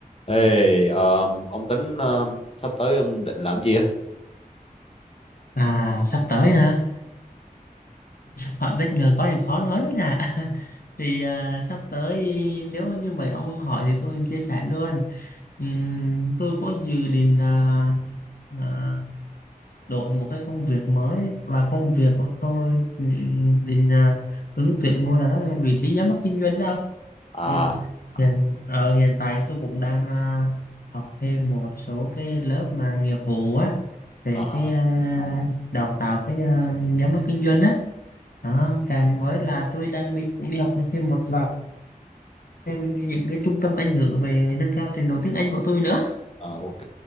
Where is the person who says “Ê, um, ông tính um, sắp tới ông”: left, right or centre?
Left